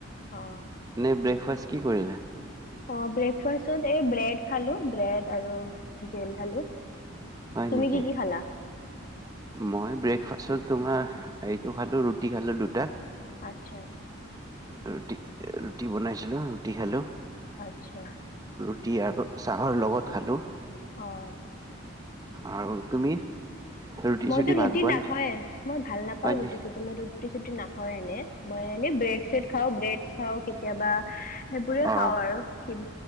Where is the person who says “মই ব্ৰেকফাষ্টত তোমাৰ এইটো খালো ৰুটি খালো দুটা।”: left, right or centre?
Right